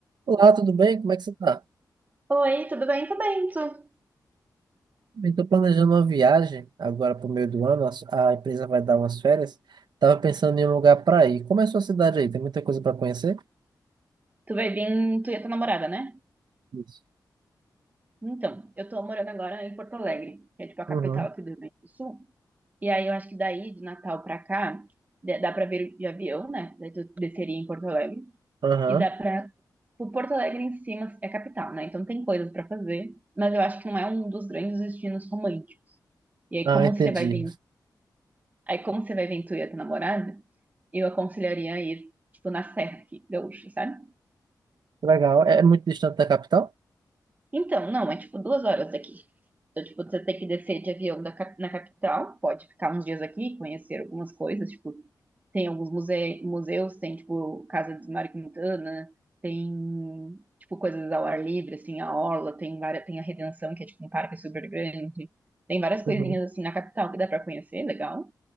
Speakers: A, on the right; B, on the right.
A: Olá, tudo bem? Como é que você está?
B: Oi, tudo bem? Tudo bem, tu?
A: Estou planejando uma viagem agora para o meio do ano. A, su- a empresa vai dar umas férias. Tava pensando em um lugar para ir. Como é a sua cidade aí? Tem muita coisa para conhecer?
B: Tu vai vir, tu e a tua namorada, né?
A: Isso.
B: Então, eu tô morando agora em Porto Alegre, que é tipo a capital
A: Uhum.
B: aqui do Rio Grande do Sul. E aí eu acho que daí, de Natal pra cá, dá dá pra vir de avião, né? Daí tu desceria em Porto Alegre.
A: Aham.
B: E dá pra... O Porto Alegre em cima é capital, né? Então tem coisas pra fazer, mas eu acho que não é um dos grandes destinos românticos. E aí
A: Ah,
B: como
A: entendi.
B: você vai vir... Aí como você vai vir tu e a tua namorada, eu aconselharia a ir, tipo, na Serra aqui, gaúcha, sabe?
A: Legal. É é muito distante da capital?
B: Então, não, é tipo duas horas daqui. Então, tipo, você tem que descer de avião da cap- na capital, pode ficar uns dias aqui, conhecer algumas coisas, tipo, tem alguns muse museus, tem, tipo, Casa de Mário Quintana, tem, tipo, coisas ao ar livre, assim, a Orla, tem várias, tem a Redenção, que é, tipo, um parque super grande. Tem várias coisinhas,
A: Uhum.
B: assim, na capital que dá pra conhecer, legal.